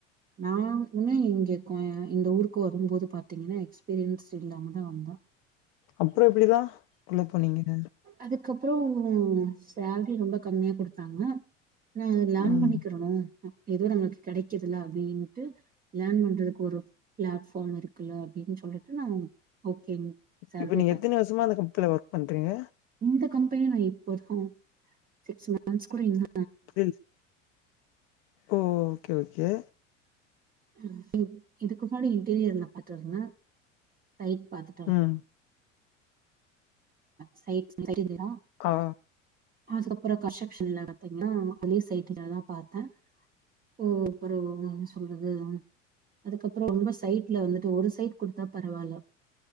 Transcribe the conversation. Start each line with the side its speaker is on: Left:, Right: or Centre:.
Right: நான் உன்ன இங்க கோ அ இந்த ஊருக்கு வரும்போது பாத்தீங்கன்னா எக்ஸ்பீரியன்ஸ் இல்லாமதா வந்தோ
Left: அப்புற எப்டிதா உள்ள போனீங்க
Right: அதுக்கப்புறோ சேல்ரி ரொம்ப கம்மியா குடுத்தாங்க நா அது லேர்ன்
Left: ம்
Right: பண்ணிக்கிறனு ஏதோ நமக்கு கெடைக்குதுல அப்டின்ட்டு லேர்ன் பண்றதுக்கு ஒரு பிளாட்ஃபார்ம் இருக்குல்ல அப்டின் சொல்லி ட்டு நாங் ஓகேங் சேல்ரிப்
Left: இப்ப நீங்க எத்தன வருஷமா அந்த கம்பெனில ஒர்க் பண்றீங்க
Right: இந்த கம்பெனி நா இப்பதா சிக்ஸ் மந்த்ஸ் கூட இல்ல
Left: செரி ஓ ஓகே ஓகே
Right: அ இப் இதுக்கு முன்னாடி இன்டீரியர் நா பாத்துனுருந்த சைட் பாத்து
Left: ம்
Right: சைட் தெரி <unintelligible>
Left: கா
Right: அதுக்கப்ற கஸ்ன்ட்ரக்ஷன்ல பாத்தீங்ன்னா ஒன்லி சைட்ல <unintelligible> பாத்த ஓ ஒரு நா என்ன‌ சொல்றது அதுக்கப்றோ ரொம்ப சைட்ல வந்துட்டு ஒரு சைட் குடுத்தா பரவால்ல